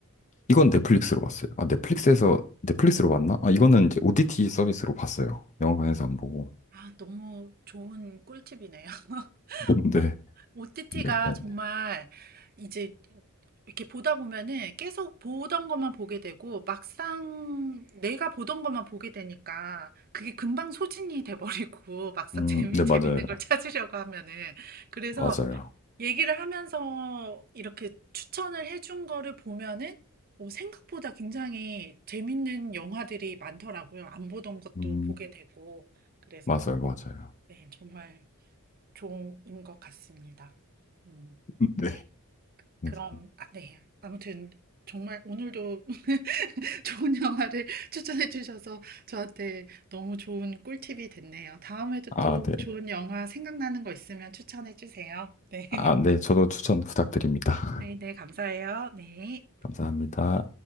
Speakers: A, on the left; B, on the right.
A: 이건 넷플릭스로 봤어요. 아, 넷플릭스에서, 넷플릭스로 봤나? 아, 이거는 이제 OTT 서비스로 봤어요. 영화관에서 안 보고.
B: 아, 너무 좋은 꿀팁이네요. <laughs>
A: <laughs> 네.
B: OTT가
A: 네, 아니,
B: 정말 이제 이렇게 보다 보면은 계속 보던 것만 보게 되고 막상 내가 보던 것만 보게 되니까 그게 금방 소진이 돼버리고 <laughs> 막상
A: 음,
B: 재미,
A: 네, 맞아요.
B: 재밌는 걸 찾으려고 하면은 그래서
A: 맞아요.
B: 얘기를 하면서 이렇게 추천을 해준 거를 보면은 어, 생각보다 굉장히 재밌는 영화들이 많더라고요. 안 보던 것도
A: 음,
B: 보게 되고. 그래서,
A: 맞아요. 맞아요.
B: 네, 정말 좋은 것 같습니다. 음,
A: <laughs> 네.
B: 네.
A: 그래서-
B: 그럼, 아, 네. 아무튼, 정말 오늘도 <laughs> 좋은 영화를 <laughs> 추천해 주셔서 저한테 너무 좋은 꿀팁이 됐네요. 다음에도
A: 아,
B: 또
A: 네.
B: 좋은 영화 생각나는 거 있으면 추천해 주세요. 네. <laughs>
A: 아, 네. 저도 추천 부탁드립니다.
B: 네,
A: <laughs>
B: 네, 감사해요. 네.
A: 감사합니다.